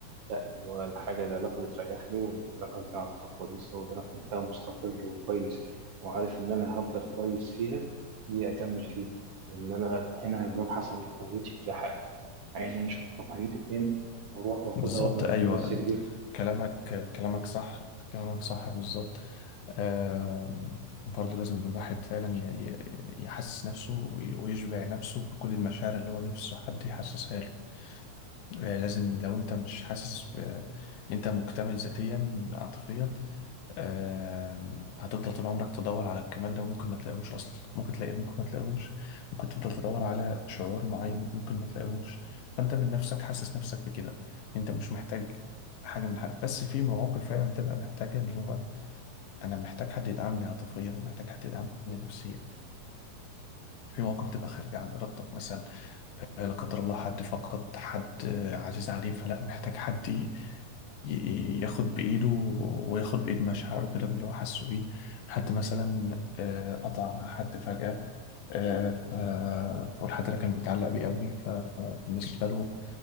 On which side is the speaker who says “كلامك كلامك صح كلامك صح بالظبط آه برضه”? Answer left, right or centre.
Left